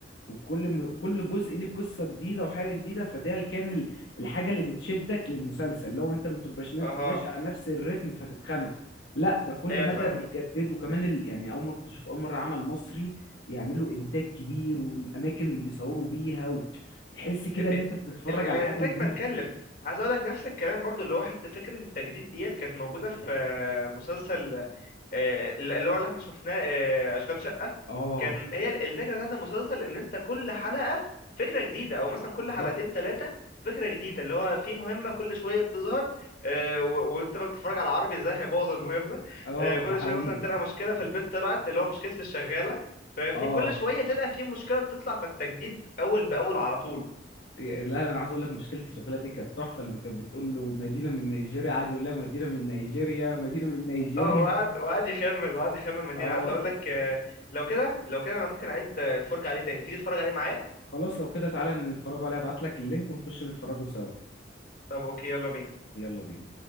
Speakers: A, on the left (about 75°); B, on the left (about 50°).
A: وكل م... كل جزء ليه بقصه جديده وحاجه جديده فده اللي كان ال- الحاجه اللي بتشدك للمسلسل لو انت ما تبقاش نف-
B: اها
A: ماشي على نفس الريتم فتتخنق لا ده كل
B: ايوه
A: مدى
B: فاهمك
A: بيجدد وكمان ال... يعني اول مره كنت اشوف اول مره عمل مصري يعملوا انتاج كبير والاماكن اللي بيصوروا بيها و... تحس كده
B: ب...
A: ان
B: ال...
A: انت بتتفرج
B: ال-
A: على
B: الانتاج
A: حاجه نظيفه
B: ما تكلف عايز اقول لك نفس الكلام برضو اللي هو حتى فكره التجديد ديت كانت موجوده في آه، مسلسل آه، اللي هو اللي احنا شفناه آه، اشغال شقه
A: اه
B: كان هي الفكره بتاعت المسلسل ان انت كل حلقه فكره جديده او مثلا كل
A: بالظبط
B: حلقتين ثلاثه فكره جديده اللي هو في مهمه كل شويه بتظهر آه، و- وانت بقى بتتفرج على عربي ازاي هيبوظ المهمه
A: اه
B: آه، كل
A: ده حقيقي
B: شويه مثلا تلقى مشكله في البيت طلعت اللي هو مشكله الشغاله فاهمني
A: اه
B: كل شويه تلقى في مشكله بتطلع فالتجديد اول باول على طول
A: لا لا انا عايز اقول لك مشكلتي الشغاله دي كانت تحفه لما كانت بتقول له مدينه من نيجيريا قعد يقول لها مدينه من نيجيريا مدينه من نيجيريا
B: اه وقعد وقعد يخمن وقعد يخمن مدينة
A: اه
B: عايز اقول لك آه، لو كده لو كده انا ممكن اعيد آه، الفرجة عليه تاني تيجي تتفرج عليه معايا
A: خلاص لو كده تعالى نتفرجوا عليها ابعت لك اللينك ونخش نتفرجوا سوا
B: طب اوكي يلا بينا
A: يلا بينا